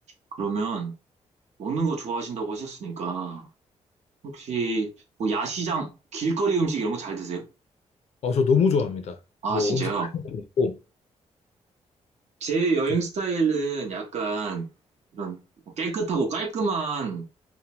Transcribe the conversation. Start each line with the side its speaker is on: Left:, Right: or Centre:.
Right: 그러면 먹는 거 좋아하신다고 하셨으니까, 혹시 뭐 야시장, 길거리 음식 이런 거 잘 드세요?
Left: 어, 저 너무 좋아합니다.
Right: 아,
Left: 뭐
Right: 진짜요?
Left: 음식 같은 거 먹고.
Right: 제 여행
Left: 저-
Right: 스타일은 약간 이런 뭐 깨끗하고 깔끔한